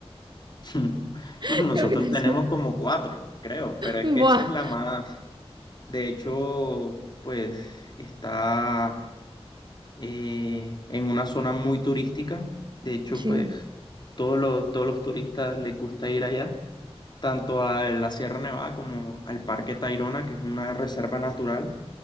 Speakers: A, on the left; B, on the right.
A: <laughs>
B: <laughs>
A: No, nosotros
B: Creo que te enseña.
A: tenemos como cuatro, creo, pero es
B: Buah.
A: que esa es la más. De hecho, pues está eh, en una zona muy turística. De hecho,
B: Sí,
A: pues todos los, todos los turistas les gusta ir allá, tanto a la Sierra Nevada como al Parque Tayrona, que es una reserva natural